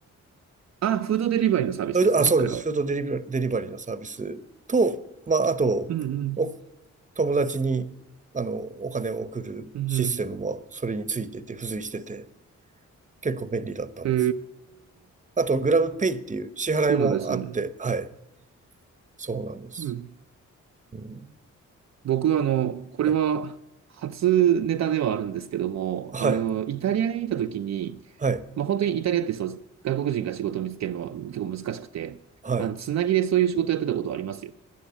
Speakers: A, on the right (about 60°); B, on the right (about 25°).
A: あ、フードデリバリーのサービスですね、
B: それとあ、そうです。
A: それは。
B: フードデリバリー、デリバリーのサービスと、まあ、あと、
A: うん、うん、
B: お友達に、あの、お金を送るシステムもそれについてて、
A: うん、うん。
B: 付随してて、結構便利だったんです。
A: へえ、
B: あと、グラブペイっていう支払いもあって、
A: そうなんですね。
B: はい。そうなんです。
A: うん。
B: うん、
A: 僕はあの、これは初ネタではあるんですけども、
B: はい。はい。
A: あの、イタリアにいた時に、
B: はい。
A: まあ、本当にイタリアってそう外国人が仕事を見つけるのは結構難しくて、
B: はい。
A: あの、つなぎでそういう仕事やってたことはありますよ。